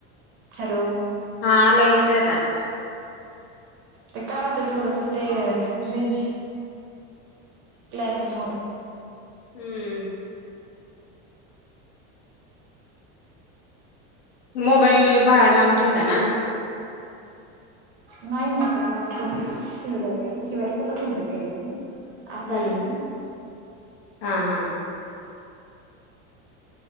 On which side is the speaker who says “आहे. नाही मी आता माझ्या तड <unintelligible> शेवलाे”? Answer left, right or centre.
Right